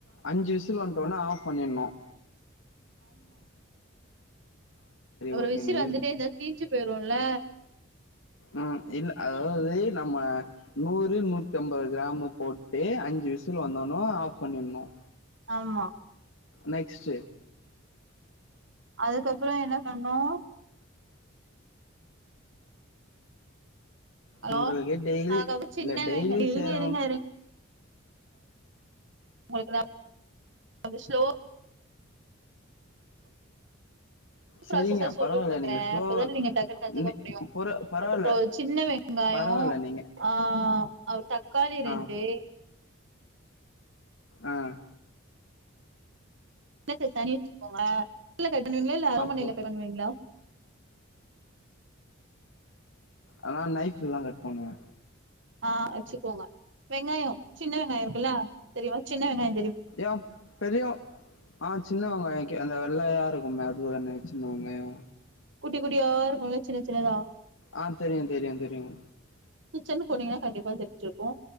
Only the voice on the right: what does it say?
அப்புறம்
விசில் வந்துட்டே இரு தீஞ்சு போயிருல்ல
ஆமா
அதுக்கப்புறோ என்ன பண்ணு ஹலோ
அதுக்கப்புறோ சின்ன
வெங்க இருங்க
இருங்க <inaudible> ஸ்லோவா
ப்ராசஸா சொல்லி
குடுக்குறே
அப்பதான நீங்க டக்குனு கத்துக்க
முடியு
<inaudible>
ஒரு சின்ன வெங்காயோ
ஆஹ் அவ் தக்காளி
ரெண்டு
<inaudible> வெச்சுக்கோங்க‌ <inaudible> <inaudible> இல்ல அருவாமனைல
பண்வீங்களா
ஆஹ் வெச்சுக்கோங்க வெங்காயோ சின்ன வெங்காயொ இருக்குல்ல தெரிமா சின்ன வெங்காய
குட்டி குட்டியா இருக்குல்ல சின்ன சின்னதா
கிச்சனுக் போனீங்கன்னா கண்டிப்பா தெரிஞ்சிருக்கு